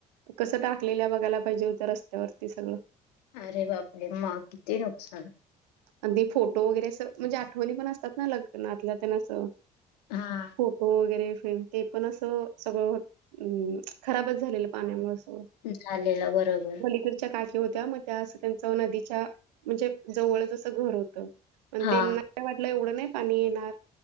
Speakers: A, on the right; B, on the left.
A: कसं टाकलेल्या बघायला पाहिजे होतं रस्त्यावरती सगळं.
B: अरे बापे रे! मग किती नुकसान.
A: आणि ते फोटो वगैरे अस म्हणजे आठवणी पण असतात ना लग्नातल्या तेनअसं.
B: हा.
A: फोटो वगैरे ते पण असं सगळं खराबच झालेलं पाण्यामुळे सगळं.
B: झालेलं बरोबर!
A: तेनच्या काकी होत्या मग त्या त्यांच नदीच्या म्हणजे जवळच असं घर होतं. पण
B: हा
A: त्यांना वाटलं एवढं नाही पाणी येणार